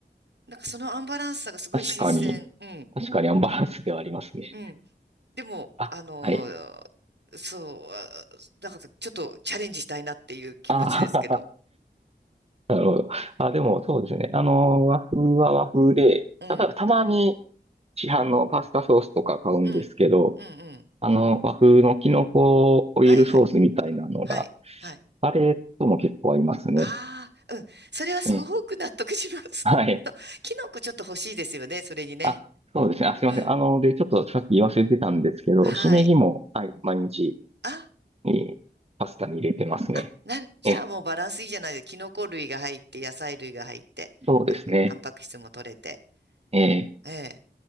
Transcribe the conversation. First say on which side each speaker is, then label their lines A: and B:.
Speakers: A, on the right; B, on the right.
A: なんかそのアンバランスさがすごい新鮮。
B: 確かに、
A: うん。
B: 確かにアンバランスではありますね。
A: うん。でも、
B: あ、
A: あの
B: はい。
A: ー、そう、あだからちょっとチャレンジしたいなっていう気持ちですけど。
B: ああなるほど。あ、でも、そうですね。あの、和風は和風で、
A: うん、
B: ただ、たまに市販のパスタソースとか買うんですけど、
A: うん、うん、うん。
B: あの、和風のキノコオイルソースみたいなのが、
A: はいはい、はい、はい。
B: あれとも結構ありますね。
A: ああ、うん。それはすごく納得します。
B: ええ、はい。
A: <laughs> と、キノコちょっと欲しいですよね、それにね。
B: あ、そうですね。あ、すいません。
A: うん。
B: あの、で、ちょっとさっき言わせてたんですけど、
A: はい。
B: しめじも、はい、毎日、
A: あ、
B: えーパスタに入れてますね。
A: あ、なる。じゃあもうバランスいいじゃないですか。
B: え
A: キノコ類が入って、野菜類が入って、
B: そうですね。
A: あの、タンパク質も取れて。
B: えー
A: ええ。